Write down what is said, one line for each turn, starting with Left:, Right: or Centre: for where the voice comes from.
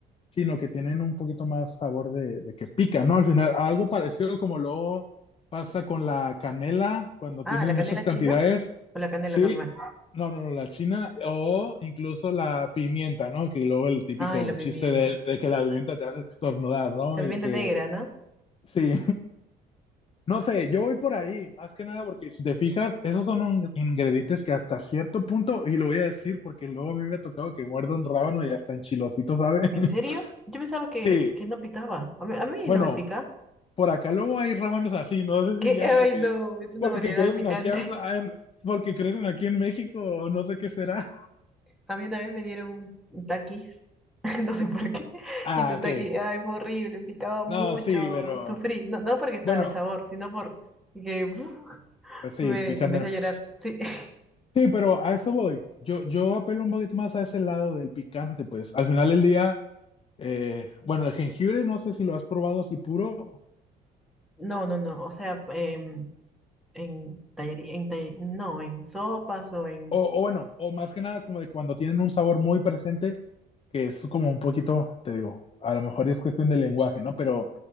Left: sino que tienen un poquito más sabor de, de que pica, ¿no? Al final, algo parecido como lo pasa con la canela, cuando
Centre: Ah,
Left: tienes
Centre: la canela
Left: muchas cantidades,
Centre: china o la canela
Left: sí,
Centre: normal.
Left: no, no, no, la china o incluso la pimienta, ¿no? Que luego el típico
Centre: Ay, la pimienta.
Left: chiste de, de que la pimienta te hace estornudar, ¿no?
Centre: La pimienta
Left: Y que
Centre: negra, ¿no?
Left: sí, no sé, yo voy por ahí, más que nada porque si te fijas, esos son un- ingredientes que hasta cierto punto, y lo voy a decir porque luego a mí me ha tocado que muerde un rábano y hasta enchilosito, ¿sabe? <laughs>
Centre: ¿En serio? Yo pensaba que,
Left: Sí,
Centre: que no picaba. A mí, a mí
Left: bueno,
Centre: no me pica.
Left: por acá luego hay rábanos así, no sé
Centre: ¿Qué?
Left: si ya
Centre: <laughs> Ay,
Left: porque,
Centre: no, es una
Left: porque
Centre: variedad
Left: crecen
Centre: picante.
Left: aquí, en la- en- porque crecen aquí en México o no sé qué será.
Centre: <laughs> A mí una vez me dieron un, un taquis, <laughs> no sé por qué,
Left: Ah,
Centre: y su
Left: ok.
Centre: taquis, ay, fue horrible, picaba mucho,
Left: No, sí, pero
Centre: sufrí, no, no porque estaba
Left: bueno,
Centre: el sabor, sino por que <laughs>
Left: pues sí,
Centre: me
Left: el picante
Centre: empecé
Left: no.
Centre: a llorar. Sí, <laughs>
Left: Sí, pero a eso voy. Yo, yo apelo un poquito más a ese lado del picante, pues al final del día Eh, bueno, el jengibre no sé si lo has probado así puro,
Centre: no, no, no, o sea, em, En tallería, en talle- no, en sopas o en...
Left: o, o bueno, o más que nada como de cuando tienen un sabor muy presente, que es como un poquito, te digo, a lo mejor es cuestión de lenguaje, ¿no? Pero